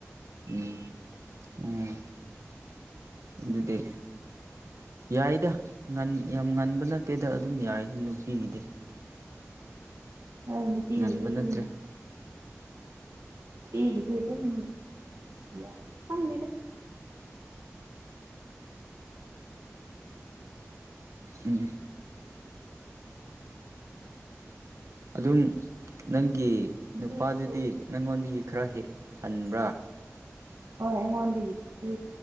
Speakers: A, on the right (about 70°); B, on the right (about 85°).
A: ꯎꯝ ꯎꯝ ꯑꯗꯨꯗꯤ ꯌꯥꯏꯗ ꯌꯥꯝ ꯉꯟꯕ ꯅꯠꯇꯦꯗ ꯑꯗꯨꯝ ꯌꯥꯏ ꯅꯨꯄꯤꯒꯤꯗꯤ <inaudible>
B: ꯍꯣꯏ ꯅꯨꯄꯤꯒꯤꯁ
A: ꯉꯟꯕ
B: ꯑꯗꯨꯝ
A: ꯅꯠꯇ꯭ꯔꯦ
B: ꯍꯦꯒꯗꯦ ꯌꯥꯦꯗ ꯎ ꯌꯥ ꯍꯥꯏ
A: ꯎꯝ ꯑꯗꯨꯝ ꯅꯪꯒꯤ
B: ꯅꯨꯄꯤꯒꯤꯁꯨ
A: ꯅꯨꯄꯥꯗꯨꯗꯤ ꯅꯪꯉꯣꯟꯗꯒꯤ ꯈꯔ ꯍꯦꯛ ꯍꯟꯕ꯭ꯔꯥ
B: ꯍꯣꯏ ꯑꯩꯉꯣꯟꯗꯒꯤꯁꯤꯁꯨ